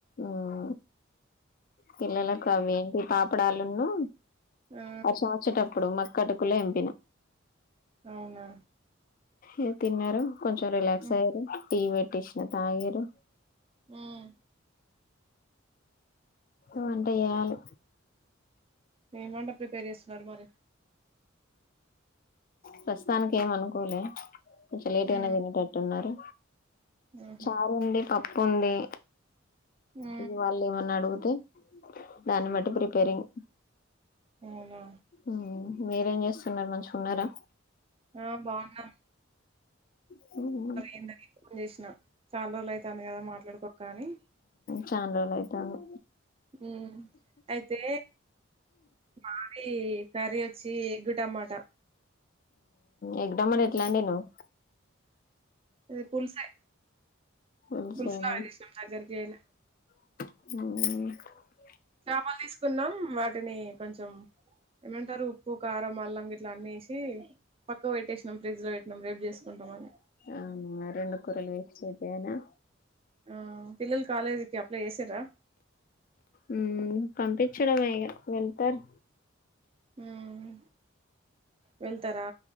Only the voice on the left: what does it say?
ఉమ్ పిల్లలకు అవి ఏంటి పాపడాలున్ను
వర్షం వచేటపు ప్పుడు మక్కటుకులు ఎంపిన
ఇగ తిన్నరు కొంచెం రిలాక్స్
అయ్యారు టీ పెట్టి ఇచ్చిన తాగిర్రు
వంట చేయాలి
ప్రస్తుతానికి ఏం అనుకోలే కొంచం లేట్గానే
తినేటట్టు ఉన్నరు
చారు ఉంది పప్పు ఉంది
ఇగ వాళ్ళేమన్నా అడుగుతే దాన్ని బట్టి ప్రిపేరింగ్
మ్మ్ మీరేం చేస్తున్నరు మంచి ఉన్నరా
హ్మ్ హు
చాన్ రోలయితాంది
ఎగ్ టమాటా ఎట్లా వండినవ్
పులుసేనా
<unintelligible>
అవును ఆ రెండు కూరలు వెస్ట్ అయితయనా
మ్మ్ పంపించడమే ఇగ వెళ్తారు